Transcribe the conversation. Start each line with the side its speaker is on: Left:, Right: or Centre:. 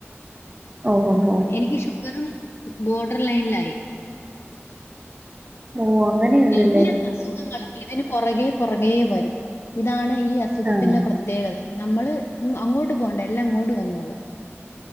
Right: ഓഹോഹോ.
Left: എനിക്ക് ഷുഗറും ബോർഡർ ലൈനിലായി
Right: ഓഹ് അങ്ങനെയുണ്ടല്ലേ?
Left: എല്ലാ സ അസുഖങ്ങളും ഇതിന് പുറകെ പുറകേ വരും ഇതാണ് ഈ അസുഖത്തിന്റെ
Right: ആഹ്.
Left: പ്രത്യേകത നമ്മള് അങ്ങ് അങ്ങോട്ട് പോകണ്ട എല്ലാം ഇങ്ങോട്ട് വന്നോളും